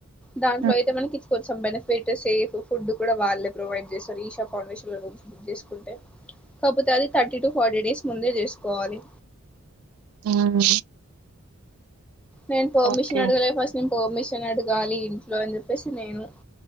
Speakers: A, in the centre; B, on the right.
A: దాంట్లో
B: హ్మ్.
A: అయితే మనకి కొంచెం బెనిఫిట్ సేఫ్ ఫుడ్ కూడా వాళ్ళే ప్రొవైడ్ చేస్తారు ఈషా ఫౌండేషన్లో చేసుకుంటె కాకపోతే అది థర్టీ టు ఫార్టీ డేస్ ముందే చేసుకోవాలి
B: అవున
A: నేను పర్మిషనడగలే
B: ఓకే.
A: ఫస్ట్ నేను పర్మిషన్ అడగాలి ఇంట్లో అని చెప్పేసి నేను